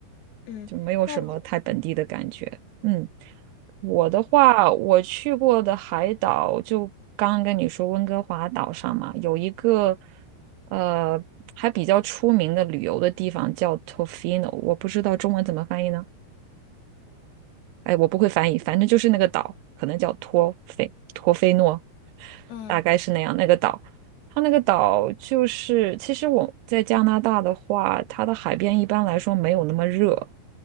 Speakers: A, on the left (about 70°); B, on the right (about 80°).
A: 嗯，
B: 就没有什么太本地的感觉。
A: 那你
B: 嗯，我的话，我去过的海岛就刚刚跟你说温哥华岛上嘛，有一个呃还比较出名的旅游的地方叫 Tofino，我不知道中文怎么翻译呢。哎，我不会翻译，反正就是那个岛，可能叫托菲托菲诺，
A: 嗯
B: 大概是那样。那个岛，它那个岛就是，其实我在加拿大的话，它的海边一般来说没有那么热，